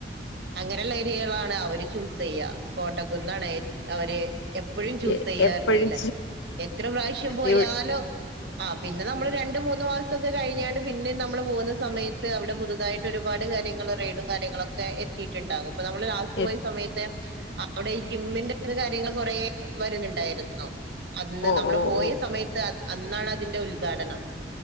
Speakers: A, on the right; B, on the left.
A: അങ്ങനെയുള്ള ഏരിയകളാണ് അവര് ചൂസ് ചെയ്യാ കോട്ടക്കുന്നാണ് ഏ അവര് എപ്പോഴും ചൂസ്
B: എ
A: ചെയ്യാറുന്നല്ലേ
B: എപ്പഴും
A: എത്ര പ്രാവശ്യം പോയാലും
B: ഇവ്
A: ആ പിന്നെ നമ്മള് രണ്ടു മൂന്ന് മാസൊക്കെ കഴിഞ്ഞാണ് പിന്നെ നമ്മൾ പോകുന്നത് സമയത്ത് അവിടെ പുതുതായിട്ട് ഒരുപാട് കാര്യങ്ങള് റെയ്ഡും കാര്യങ്ങളൊക്കെ എത്തിയിട്ടുണ്ടാകും പ്പൊ നമ്മള് ലാസ്റ്റ്
B: എ
A: പോയ സമയത്ത് അവിടെഈ ജിമ്മിന്റെത് കാര്യങ്ങള് കൊറ വരുന്നുണ്ടായിരുന്നു അന്ന്
B: ഓ
A: നമ്മള്
B: ഓ
A: പോയ
B: ഓ
A: സമയത്ത് അന്നാണ് അതിന്റെ ഉദ്ഘാടനം